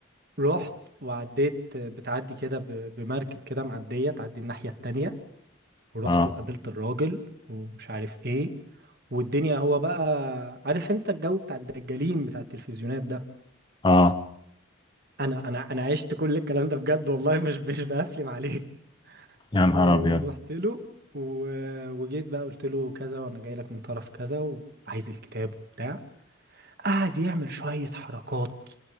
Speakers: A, on the right (about 50°); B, on the left (about 25°).
A: فروحت وعديت بتعدي كده ب- بمركب كده معدية تعدي الناحية التانية ورحت
B: اه
A: وقابلت الراجل ومش عارف ايه والدنيا هو بقى عارف انت الجو بتاع الدجالين بتاع التلفزيونات ده
B: اه
A: انا انا انا عشت كل الكلام ده بجد والله مش مش بقفلم عليك
B: يا
A: <laughs>
B: نهار
A: ورحت
B: ابيض
A: له و... وجيت بقى قلت له كذا وانا جاي لك من طرف كذا وعايز الكتاب وبتاع قعد يعمل شوية حركات